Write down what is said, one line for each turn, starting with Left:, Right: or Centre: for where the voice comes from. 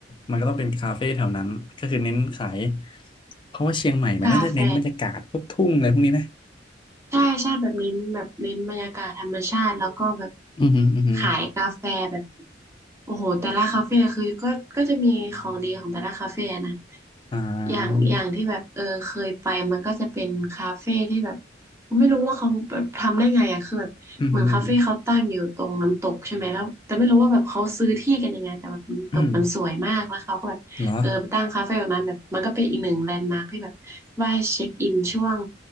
Left: มันก็ต้องเป็นคาเฟ่แถวนั้นก็คือเน้นขายเพราะว่าเชียงใหม่มันน่าจะเน้นบรรยากาศพวกทุ่งอะไรพวกนี้ไหม
Right: กาแฟ ใช่ใช่แบบเน้นแบบเน้นบรรยากาศธรรมชาติแล้วก็แบบ
Left: อืมอหืมออือหือ
Right: ขายกาแฟแบบโอ้โหแต่ละคาเฟ่คือก็ก็จะมีของดีของแต่ละคาเฟ่นะ
Left: อ่า
Right: อย่างอย่างที่แบบเออเคยไปมันก็จะเป็นคาเฟ่ที่แบบไม่รู้ว่าเขาแบบทำได้ไงอ่ะคือแบบเหมือนคาเฟ่เขาตั้งอยู่ตรงน้ำตกใช่ไหมแล้วแต่ไม่รู้ว่าแบบเขาซื้อที่กันยังไงแต่แบบน้ำตกมันสวยมากแล้วเขาก็แบบเออไปตั้งคาเฟ่ตรงนั้นแบบมันก็เป็นอีกหนึ่งแลนด์มาร์คที่แบบ
Left: อืมอหืมออืมเหรอ
Right: ว่าให้เช็คอินช่วง